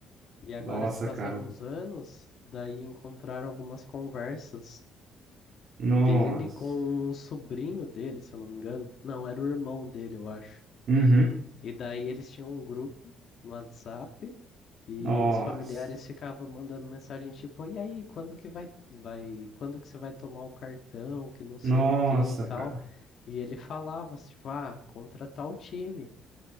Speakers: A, on the left (about 55°); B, on the right (about 55°).
A: E agora
B: Nossa,
A: se passaram
B: cara.
A: uns anos, daí encontraram algumas conversas
B: Nossa.
A: dele com um sobrinho dele, se eu não me engano. Não, era o irmão dele, eu acho.
B: Uhum.
A: E daí eles tinham um grupo no WhatsApp, E
B: Nossa.
A: os familiares ficavam mandando mensagem tipo, e aí, quando que vai, vai, quando que você vai tomar o cartão, que não sei
B: Nossa,
A: o que e tal.
B: cara.
A: E ele falava, tipo, ah, contra tal time.